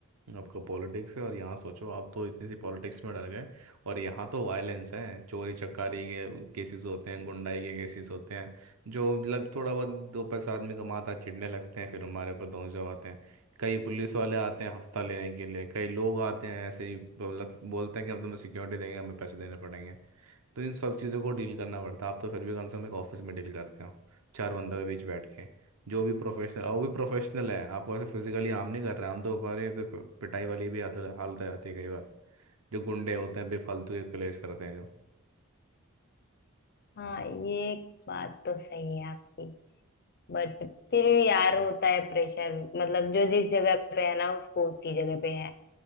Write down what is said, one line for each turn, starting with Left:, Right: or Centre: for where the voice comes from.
Right: आपका पॉलिटिक्स है और यहाँ सोचो आप तो इतनी सी पॉलिटिक्स में डर गए और यहाँ तो वायलेंस है चोरी चकारी के केसेस होते हैं गुंडाई के केसेस होते हैं जो लग थोड़ा बहुत दो पैसा आदमी कमाता है, चिढ़ने लगते हैं फिर हमारे ऊपर धौंस जमाते हैं कई पुलिस वाले आते हैं हफ्ता लेने के लिए कई लोग आते हैं ऐसे ही मतलब बोलते हैं कि हम तुम्हें सिक्योरिटी देंगे हमें पैसे देने पड़ेंगे तो इन सब चीज़ों को डील करना पड़ता है आप तो फिर भी कम से कम एक ऑफिस में डील करते हो चार बंदों के बीच बैठ के जो भी प्रोफेशनल और वो भी प्रोफेशनल है आपको ऐसे फिजिकली हार्म नहीं कर रहे हम तो हमारे पे- पे- पिटाई वाली भी हालत हालत आ जाती है कई बार जो गुंडे होते हैं बेफालतू के कलेश करते हैं जो
Left: हाँ ये एक बात तो सही है आपकी बट फिर भी यार होता है प्रेशर मतलब जो जिस जगह पे है ना उसको उसी जगह पे है